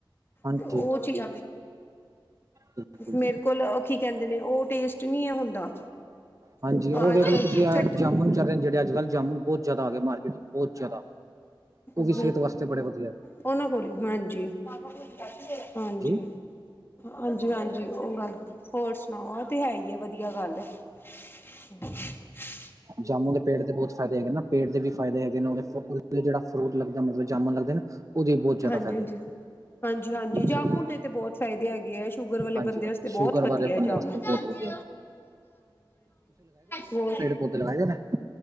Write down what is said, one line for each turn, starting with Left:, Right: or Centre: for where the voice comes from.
Right: ਹਾਂਜੀ
Left: ਤੇ ਉਹ ਚੀਜ਼
Right: ਬਿਲਕੁਲ
Left: ਮੇਰੇ
Right: ਜੀ
Left: ਕੋਲ ਕੀ ਕਹਿੰਦੇ ਨੇ ਉਹ ਟੇਸਟ ਨਹੀਂ ਹੈ ਹੁੰਦਾ।
Right: ਹਾਂਜੀ, ਉਹ ਵੇਖਲੋ
Left: ਅੱਜ ਕੱਲ੍ਹ
Right: ਤੁਸੀਂ ਆ
Left: ਚਟਨੀ
Right: ਜਾਮ ਚੱਲ ਜਿਹੜੇ ਅੱਜ ਕੱਲ੍ਹ ਜਾਮੁਨ ਨੂੰ ਬਹੁਤ ਜ਼ਿਆਦਾ ਆ ਗਏ ਮਾਰਕੀਟ ਚ' ਬਹੁਤ ਜ਼ਿਆਦਾ। ਉਹ
Left: ਹਮ,
Right: ਵੀ ਸਿਹਤ ਵਾਸਤੇ ਬੜੇ ਵਧੀਆ
Left: ਉਹਨਾਂ ਕੋਲ, ਹਾਂਜੀ -ਹਾਂਜੀ।
Right: ਜੀ,
Left: ਹਾਂਜੀ- ਹਾਂਜੀ ਉਹ ਗੱਲ, ਹੋਰ ਸੁਣਾਓ ਆ ਤੇ ਹੈ ਹੀ ਆ। ਵਧੀਆ ਗੱਲ। ਬ <unintelligible>
Right: ਜਾਮੂਨ ਦੇ ਪੇੜ ਦੇ ਬਹੁਤ ਫ਼ਾਇਦੇ ਹੈਗੇ ਨਾ ਪੇੜ ਦੇ ਵੀ ਫਾਇਦੇ ਹੈਗੇ ਨੇ ਉਹਦੇ ਹ ਫੂਟ ਲੱਗਦਾ ਜਾਮੁਨ ਲੱਗਦੇ। ਉਹਦੇ ਵੀ ਬਹੁਤ ਜ਼ਿਆਦਾ
Left: ਹਾਂਜੀ-
Right: ਫਾਇਦੇ
Left: ਹਾਂਜੀ-
Right: ਹੈਗੇ।
Left: ਹਾਂਜੀ- ਹਾਂਜੀ ਜਾਮੁਨ
Right: ਸਹੀ ਐ।
Left: ਦੇ ਤੇ ਬਹੁਤ ਫਾਇਦੇ ਹੈਗੇ ਆ। ਸ਼ੂਗਰ ਵਾਲੇ
Right: ਹਾਂਜੀ,
Left: ਬੰਦੇ ਵਾਸਤੇ
Right: ਸ਼ੂਗਰ
Left: ਬਹੁਤ ਵਧੀਆ
Right: ਵਾਲੇ ਬੰਦੇ
Left: ਜਾਮੁਨ।
Right: ਵਾਸਤੇ
Left: ਹਾਂਜੀ- ਹਾਂਜੀ
Right: ਬਹੁਤ ਵਧੀਆ, ਹੈ।
Left: ਹੋਰ
Right: ਨਾ